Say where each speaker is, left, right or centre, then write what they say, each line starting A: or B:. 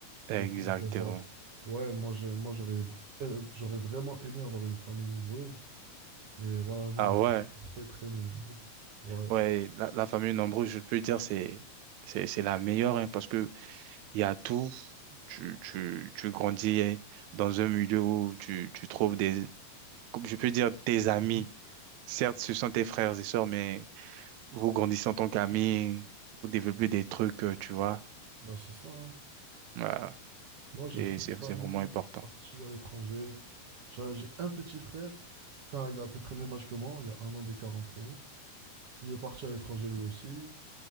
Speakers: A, on the right; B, on the right.
A: Exactement.
B: le fait d'avoir... Ouais, moi, j'ai, moi j'aurais, euh, j'aurais vraiment aimé avoir une famille nombreuse, mais voilà, nous,
A: Ah
B: on est
A: ouais.
B: très, très nombreux. Ouais,
A: Ouais, la, la famille nombreuse, je peux dire, c'est, c'est, c'est la meilleure, hein, parce que il y a tout. Tu, tu, tu grandis hein, dans un milieu où tu, tu trouves des, comme je peux dire, tes amis. Certes, ce sont tes frères et sœurs, mais vous grandissez en tant qu'amis, vous développez des trucs, euh, tu vois.
B: ben c'est ça. hein.
A: Ouais.
B: Moi, j'ai
A: Et
B: beaucoup
A: c'est
B: de familles
A: c'est vraiment important.
B: qui sont parties à l'étranger. J'a- J'ai un petit frère, enfin, il a à peu près le même âge que moi, il y a un an d'écart entre nous. Il est parti à l'étranger lui aussi.